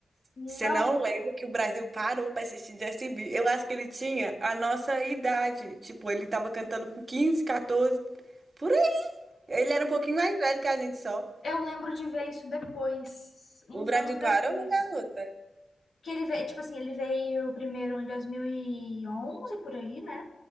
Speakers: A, on the left; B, on the right.
A: Não,
B: Você não lembra que o Brasil parou pra assistir Justin Bieber. Eu acho que ele tinha a nossa idade. Tipo, ele tava cantando com 15 14, por aí. Ele era um pouquinho mais velho que a gente só.
A: eu lembro de ver isso depois, uns
B: O Brasil
A: anos
B: parou,
A: depois.
B: garota.
A: Que ele veio, tipo assim, ele veio primeiro em 2011, por aí, né?